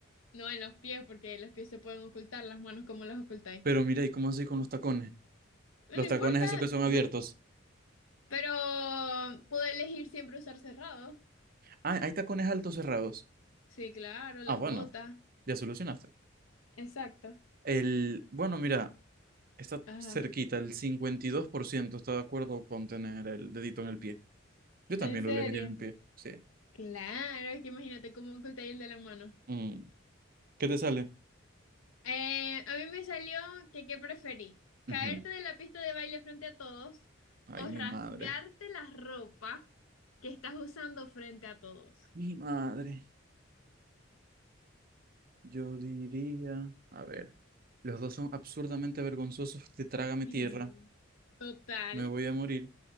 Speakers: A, on the left; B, on the right.
A: no en los pies, porque los pies se pueden ocultar, las manos como las ocultáis.
B: Pero mira, ¿y cómo así con los tacones?
A: No,
B: Los
A: no importa,
B: tacones esos que son abiertos.
A: meh, pero puedo elegir siempre usar cerrado.
B: Ah, hay tacones altos cerrados.
A: Sí, claro, las
B: Ah, bueno,
A: botas.
B: ya solucionaste.
A: Exacto.
B: El, bueno, mira, está
A: Ajá.
B: cerquita, el 52% está de acuerdo con tener el dedito en el pie. Yo también
A: ¿En serio?
B: lo elegiría en el pie, sí.
A: Claro, es que imagínate cómo ocultáis el de la mano.
B: Mm, ¿Qué te sale?
A: Eh, a mí me salió que qué preferí, caerte
B: Ujú.
A: de la pista de baile frente a todos
B: Ay,
A: o rasgarte
B: mi madre.
A: la ropa que estás usando frente a todos.
B: Mi madre. Yo diría, a ver, los dos son absurdamente vergonzosos de Trágame
A: Sí,
B: Tierra,
A: total.
B: me voy a morir,